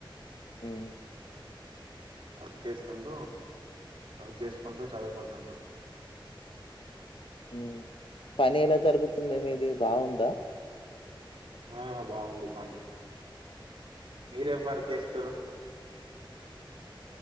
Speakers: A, on the left (about 85°); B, on the right (about 70°).
A: హ్మ్.
B: వర్క్ చేస్తుండు అవి చేసుకుంటూ చదువుకుంటుండు
A: ఉం పని ఎలా జరుగుతుంది మీది బాగుందా
B: ఆ బాగుంది పనీ మీరేం వర్క్ చేస్తరు